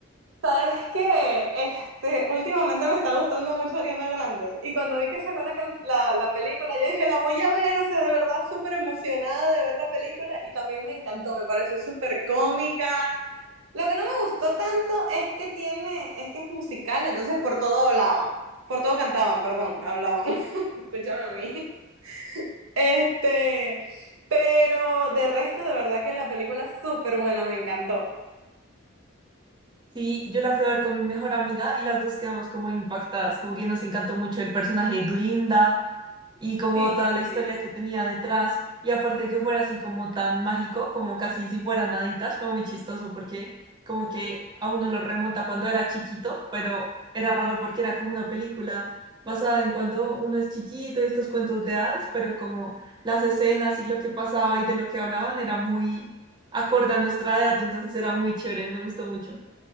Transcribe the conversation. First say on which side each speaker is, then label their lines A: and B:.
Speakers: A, on the right; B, on the right.
A: ¿Sabes qué? Este, últimamente me está gustando mucho Ariana Grande. Y cuando vi que sacó la, can- la, la película, yo dije, la voy a ver, o sea, de verdad súper emocionada de ver la película. Y también me encantó, me pareció súper cómica. Lo que no me gustó tanto es que tiene, es que es musical, entonces por todo hablaban, por todo cantaban, perdón, hablaban. <laughs> Escúchame a mí. Este, pero de resto, de verdad que la película es súper buena, me encantó.
B: Sí, yo la fui a ver con mi mejor amiga y las dos quedamos como impactadas, como que nos encantó mucho el personaje de Glinda, y como
A: Sí,
B: toda
A: sí,
B: la historia
A: sí.
B: que tenía detrás, y aparte que fuera así como tan mágico, como casi si fueran haditas, fue muy chistoso porque como que a uno lo remonta cuando era chiquito, pero era raro porque era como una película basada en cuando uno es chiquito y estos cuentos de hadas, pero como las escenas y lo que pasaba y de lo que hablaban era muy acorde a nuestra edad, entonces era muy chévere, me gustó mucho.